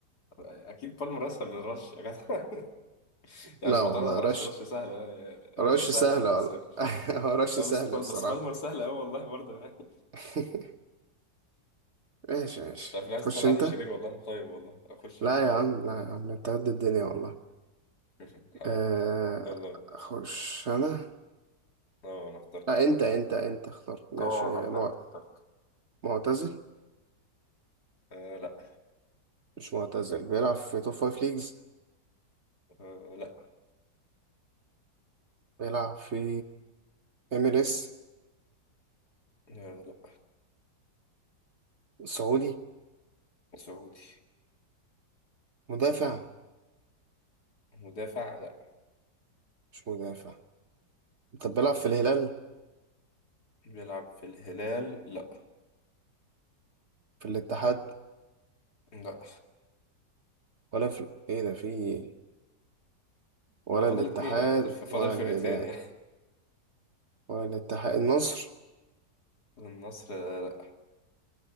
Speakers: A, on the left; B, on the right.
A: أكيد بالمر أسهل من رش يا جدع <laughs> يعني
B: لا
A: مش
B: والله
A: معترض على
B: رش
A: رش رش سهل آه،
B: رش
A: رش سهل
B: سهلة
A: يعني بس
B: والله <laughs> هو رش
A: لا
B: سهل
A: بس بال-
B: بصراحة
A: بس بالمر سهل قوي والله برضه <laughs>
B: <laughs> ماشي ماشي
A: مش عارف ليه عايز
B: تخش
A: تطلعني
B: أنت
A: شرير والله انا طيب والله اخش
B: لا
A: يا باشا
B: يا عم لا يا عم أنت قد الدنيا والله
A: <laughs> حبيبي
B: آه،
A: يلا بينا.
B: أخش أنا
A: اه انا اخترت
B: لا
A: خلاص
B: أنت أنت أنت اخترت ماشي
A: اه انا اخترت
B: مع-
A: اخترت
B: معتزل
A: آه لا
B: مش معتزل بيلعب في توب فايف ليجز
A: آه لا
B: بيلعب في ام ال اس
A: آه لا
B: سعودي
A: سعودي
B: مدافع
A: مدافع لا
B: مش مدافع طب بيلعب في الهلال
A: بيلعب في الهلال لا
B: في الاتحاد
A: لا
B: ولا في ايه ده في إيه؟ ولا
A: هو فاضل
B: الاتحاد
A: اتنين يعني فاضل فاضل
B: ولا
A: فرقتين
B: الهلال
A: يعني
B: ولا الاتحاد النصر
A: <laughs> النصر آه، لا